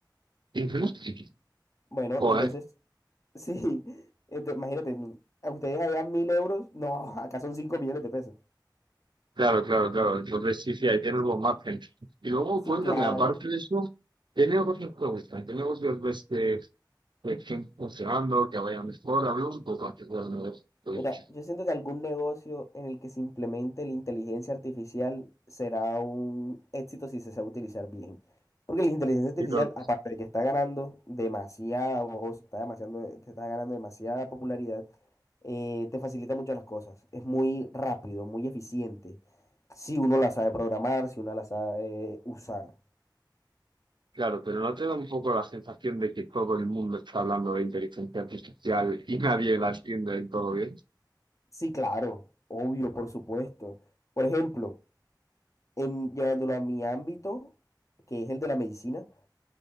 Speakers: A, on the right; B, on the left.
A: Ujú.
B: Bueno,
A: Joder,
B: entonces Sí, entonces, imagínate, a ustedes allá mil euros, no, <laughs> acá son cinco millones de pesos.
A: claro, claro, claro. Entonces sí, sí, ahí tienes buen margen. Y luego cuéntame,
B: Sí, claro.
A: aparte de eso, ¿qué negocios te gustan? ¿Qué negocios ves que, que estén funcionando, que vayan mejor? Hablemos un poco acerca de los negocios.
B: Mira, yo siento que algún negocio en el que se implemente la inteligencia artificial será un éxito si se sabe utilizar bien. Porque la inteligencia artificial,
A: Pero,
B: aparte de que está ganando demasiada voz, está demasiado, te está ganando demasiada popularidad, eh, te facilita muchas las cosas. Es muy rápido, muy eficiente. Si uno la sabe programar, si uno la sabe eh, usar.
A: claro, pero ¿no te da un poco la sensación de que todo el mundo está hablando de inteligencia artificial y nadie la entiende del todo bien?
B: Sí, claro, obvio, por supuesto. Por ejemplo, en, llevándolo a mi ámbito, que es el de la medicina,